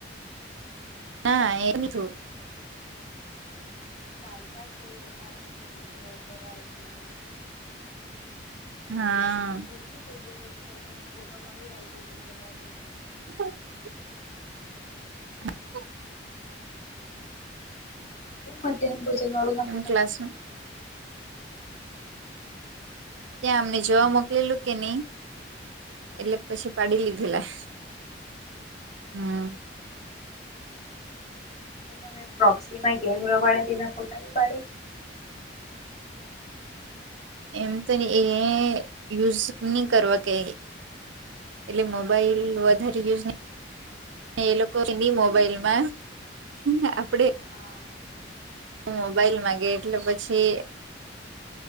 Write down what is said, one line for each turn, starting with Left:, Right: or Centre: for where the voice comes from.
Left: હા
Right: હ એમીઠુ.
Left: ચાલતા છે, એવુ કેતા હતા ખબર ની, હવે ઘરે આવે કેની.
Right: હા.
Left: પછી એમજ ફોટો પાડી લાવજો ની, ભરવા દેય તો.
Right: <unintelligible> હ. <unintelligible>
Left: કેમ મધ્યાહન ભોજન વારુના
Right: એમ
Left: ફોટા
Right: ક્લાસમાં
Left: પાડે.
Right: ત્યા અમને
Left: હા
Right: જોવા મોકલેલુ કેની, એટલે પછી પાડી લીધેલા. હમ.
Left: હા તો તમે પ્રોક્સીમા ગેમ રમાડે તેના ફોટા બી પાડી.
Right: એમ તો ને, એ યુઝ નહી કરવા કઈ. એટલે મોબાઈલ વધારે યુઝ નહી. એ લોકોની મોબાઈલ મા હમ આપડે.
Left: હા.
Right: મોબાઈલ માંગે એટલે પછી.